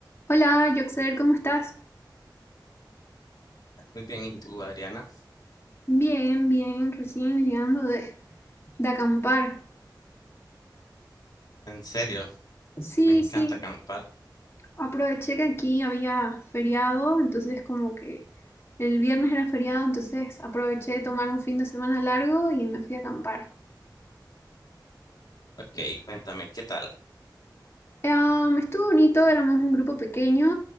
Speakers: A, on the left; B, on the left.
A: Hola, Joxer, ¿cómo estás?
B: Muy bien, ¿y tú, Adriana?
A: Bien, bien, recién llegando de, de acampar.
B: En serio,
A: Sí,
B: me encanta
A: sí,
B: acampar.
A: aproveché que aquí había feriado, entonces como que el viernes era feriado, entonces aproveché de tomar un fin de semana largo y me fui a acampar.
B: Ok, cuéntame, ¿qué tal?
A: Em, estuvo bonito, éramos un grupo pequeño,